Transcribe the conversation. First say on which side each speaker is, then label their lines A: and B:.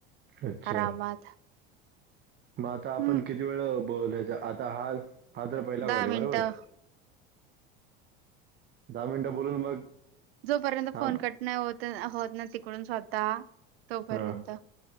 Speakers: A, on the right (about 35°); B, on the right (about 85°).
A: अच्छा
B: आरामात
A: मग आता आपण
B: हम्म
A: किती वेळ बोलायचय आता हा हा तर पहिला
B: दहा
A: कॉलय
B: मिनिटं
A: बरोबर. दहा मिनिट बोलून मग
B: जो पर्यंत
A: थांब
B: फोन कट नाय होत होत ना तिकडून स्वतः तोपर्यंत.
A: हा